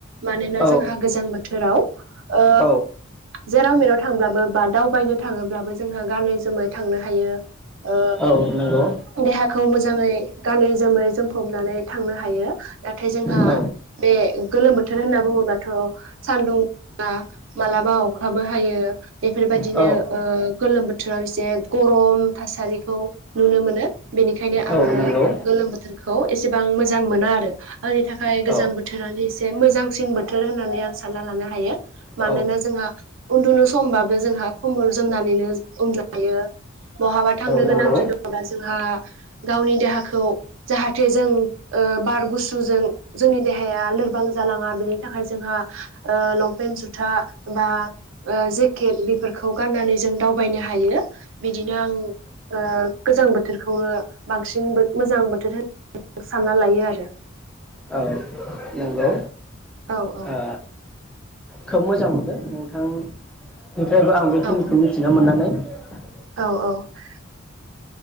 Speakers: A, on the right (about 65°); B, in the centre.
A: मानोना
B: औ
A: जोंहा गोजां बोथोराव ओ
B: औ
A: जेराव मेराव थांब्लाबो बा दावबायनो थाङोब्लाबो जोंहा गानै जोमै थांनो हायो
B: औ नंगौ
A: देहाखौ मोजाङै गानै जोमै जोमफबनानै थांनो हायो नाथाय जोंहा
B: औ
A: बे गोलोम बोथोर होनना बुङोब्ला थ सानदुं मालाबा अखाबो हायो बेफोरबायदिनो
B: औ
A: ओ गोलोम बोथोर बोथोराव एसे गरम थासारिखौ नुनो मोनो बेनिखायनो
B: औ
A: आङो
B: नंगौ
A: गोलोम बोथोरखौ एसेबां मोजां मोना आरो आंनि थाखाय
B: औ नंगौ औ
A: गोजां बोथोरानो एसे मोजां सिन बोथोर होननानै आं सानना लानो हायो
B: औ
A: मानोना जोंहा उन्दुनो समबाबो जोंहा खम्बल जोमनानैनो उन्दुनो हायो बहाबा थांनो
B: नंगौ
A: गोनांथि दङबा जोंहा गावनि देहाखौ जाहा थे जों बार गुसुजों जोंनि देहाया लोरबां जालाङा बिनि हा ओ लंपेन जुथा बा जेकेट बेफोरखौ गाननानै जों दावबायनो हायो बिदिनो आं गोजां बोथोर खौनो बांसिन मोजां बोथोर होनना सानना लायो आरो
B: औ नोंगौ
A: औ औ
B: ओ‌ खोब मोजां मोन नोंथां निफ्रायबो आं बेखिनिखौ
A: औ
B: मिथिनो मोननानै ओ <unintelligible>
A: औ औ